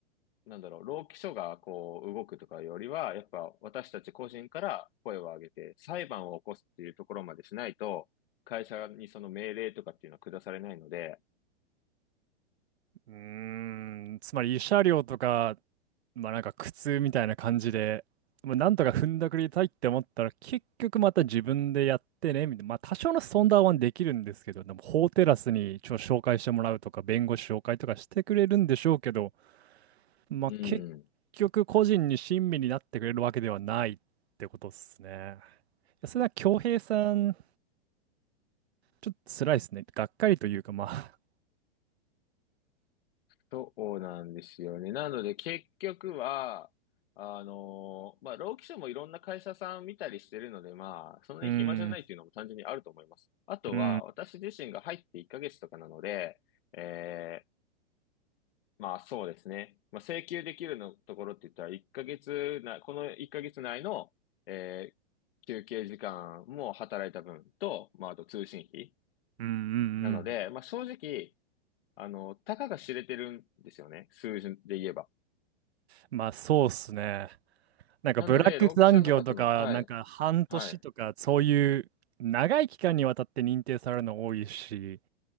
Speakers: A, on the left; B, on the right.
A: う、なんだろう、労基署が、こう、動くとかよりは、やっぱ、私たち個人から声を上げて、裁判を起こすっていうところまでしないと、会社にその命令とかっていうのは下されないので、
B: うん。うーん、つまり慰謝料とか、まあなんか苦痛みたいな感じで、まあ、なんとか踏んだくりたいって思ったら結局また自分でやってねみたいな、まあ多少のソンダーはできるんですけど、でも法テラスにちょ紹介してもらうとか弁護士紹介とかしてくれるんでしょうけど、まあ結局個人に親身になってくれるわけではないってことっすね。
A: うん。
B: いやそれは恭平さん、ちょっと辛いですね。がっかりというかまあ、
A: そうなんですよね。なので結局は、あのーまあ、労基署もいろんな会社さん見たりしてるので、まあ、そんなに暇じゃないっていうのも単純にあると思います。
B: うん、う
A: あとは、
B: ん、
A: 私自身が入って1ヶ月とかなので、えーまあそうですね。まあ、請求できるのところって言ったら、1ヶ月な、この1ヶ月内の、えー休憩時間も働いた分と、まあ、あと通信費。
B: うん、うん、うん。
A: なので、まあ正直、あの、たかが知れてるんですよね。数字で言えば。
B: まあそうっすね。なんかブラック残業とか、
A: なので、労基者の方の、はい、
B: なんか半年とか、
A: はい、
B: そういう長い期間にわたって認定されるの多いし、